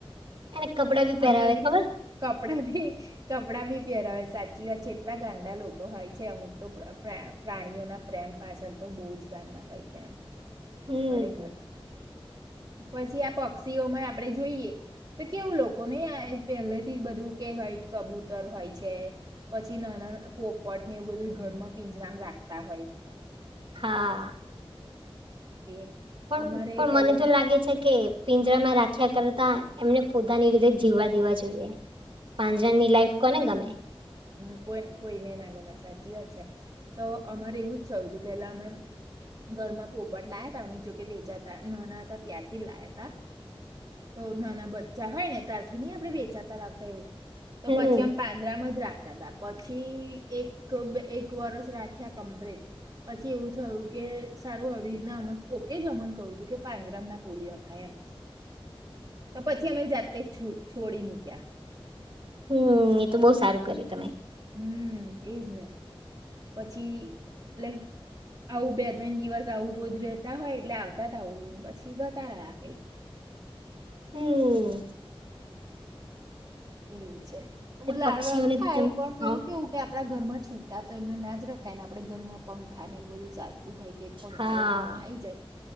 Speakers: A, on the right; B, on the right.
A: એને કપડા બી પહેરાવે
B: અને એવી
A: ખબર
B: રીતના કપડાં ભી કપડા ભી પહેરાવે સાચ ચી વાત છે. એટલાં ગાંડા લોકો હોય છે અમુક તો પ્રા-પ્રા પ્રાણીઓના પ્રેમ પાછળ તો બહુ જ ગાંડા હોય છે એમ.
A: હમ.
B: ખરેખર. પછી આ પક્ષીઓમાં આપણે જોઈએ તો કેવું લોક કો નહીં આઈ પહેલેથી જ બધું કે વ્હાઈટ કબૂતર હોય છે. પછી નાના પોપટ ને એવું બધુંઈ ઘરમાં પિંજરામ રાખતા હોય.
A: હા.
B: એ
A: પણ-પણ
B: અમારે પેલા
A: મને તો લાગે છે કે પિંજરામાં રાખ્યા કરતા એમને પોતાની રીતે જીવવા દેવા જોઈએ. પાંજરાની લાઈફ કોને ગમે?
B: હમ્મ કોઈન કોઈને ના ગમે સાચી વાત છે. તો અમારે એવું જ થયું તું પહેલા અમે ઘરમાં પોપટ લાયા તા અમે જોકે વેચાતા નાના હતા ત્યારથી લાયા તા. તો નાના બચ્ચા હોય ને ત્યારથી ની આપણે વેચાતા લાવતા એવું. તો
A: હમમ
B: પછી અમ પાંજરામાં જ રાખ તા તા. પછી એક બ એક વરસ રાખ્યા કમ્પ્લીટ. પછી એવું થયું કે સારું અવિધના <unintelligible> કોકે જ અમન કહ્યું તું કે પાંજરા ના પુળી રખાય એમ.
A: <inaudible>
B: તો પછી અમે જાતે છુ છોડી મૂક્યા.
A: હમ્મ. એ તો બહુ સારું કર્યું તમે.
B: હમ્મ એજ ને. પછી <unintelligible> આવું બે-ત્રણ દિવસ આવું રોજ રહેતા હોય એટલે આવતા તા ઉડીને, પછી <unintelligible> કંઈક.
A: હમ્મ.
B: એવું છે. <unintelligible>
A: એ પક્ષીઓને
B: રખાય
A: હ
B: પણ પેલું
A: હા
B: કેવું કે આપણા ઘરમાં છૂટા તો એમને ના જ રખાય ને, આપણે ઘરમાં પંખા ને એવું બધું ચાલતું હોય. કે પંખા
A: હા
B: વંખામાં આઈ જાય